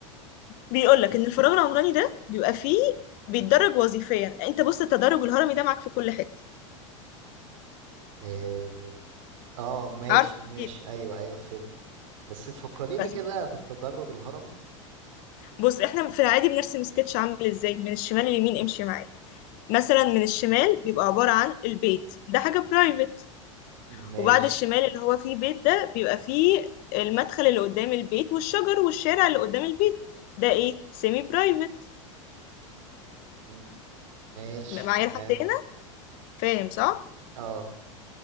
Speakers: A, on the left; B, on the right.
A: بيقول لك ان الفراغ العمراني ده بيبقى فيه بيتدرج وظيفيا انت بص التدرج الهرمي ده معاك في كل حته
B: إيه، اه ماشي
A: عارف
B: ماشي
A: اكيد
B: ايوه ايوه فهمت بس فكريني
A: بس
B: كده بالتدرج الهرمي
A: بص احنا في العادي بنرسم سكتش عامل ازاي من الشمال لليمين امشي معايا مثلا من الشمال بيبقى عباره عن البيت ده حاجه برايفت
B: ماشي
A: وبعد الشمال اللي هو فيه بيت ده بيبقى فيه المدخل اللي قدام البيت والشجر والشارع اللي قدام البيت ده ايه سيمي برايفت
B: م- ماشي
A: معايا
B: تمام
A: لحد هنا فاهم صح
B: اه